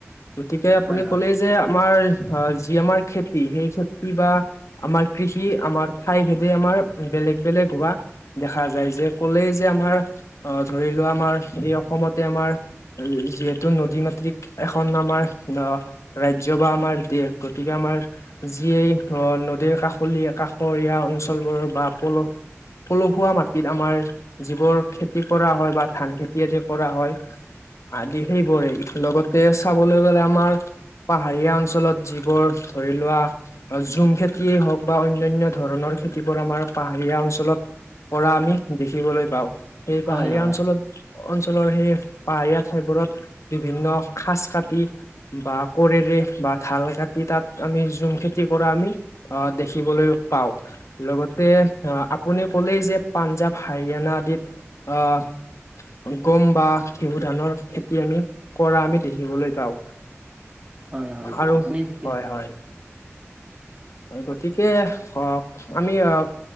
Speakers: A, on the left; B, on the right.
A: গতিকে আপুনি
B: হয় হয়
A: ক'লেই যে আমাৰ অ' যি আমাৰ খেতি সেই খেতি বা আমাৰ কৃষি আমাৰ ঠাই ভেদে আমাৰ বেলেগ বেলেগ হোৱা দেখা যায়, যে ক'লেই যে আমাৰ অ' ধৰি লোৱা আমাৰ স অসমত আমাৰ যিহেতু নদী মাতৃক এখন আমাৰ ৰাজ্য বা আমাৰ দেশ গতিকে আমাৰ যিয়েই নদীৰ কাষৰীয়া কাষৰীয়া অঞ্চলবোৰৰ বা <unintelligible> পলসুৱা মাটিত আমাৰ যিবোৰ খেতি কৰা হয়, বা ধান খেতি আদি কৰা হয়। আদি সেইবোৰে, লগতে চাবলৈ গলে আমাৰ পাহাৰীয়া অঞ্চলত যিবোৰ ধৰি লোৱা অ' জুম খেতিয়ে হওক বা অন্যনয় ধৰণৰ খেতিবোৰ আমাৰ পাহাৰীয়া অঞ্চলত পৰা আমি দেখিবলৈ পাওঁ সেই পাহাৰীয়া
B: হয় হয়
A: অঞ্চলত অঞ্চলৰ সেই পাহাৰীয়া ঠাইবোৰত বিভিন্ন খাজ কাটি বা কোৰেৰে বা ঢাল কাটি তাত আমি জুম খেতি কৰা আমি অ' দেখিবলৈ পাওঁ, লগতে আহ আপুনি ক'লেই যে পাঞ্জাৱ, হাৰিয়ানা আদিত আহ গম বা ঘেহু ধানৰ খেতি আমি কৰা আমি দেখিবলৈ পাও।
B: হয় হয়
A: আৰু,
B: আপুনি ঠিকে
A: হয় হয়। হয় গতিকে অ' আমি আহ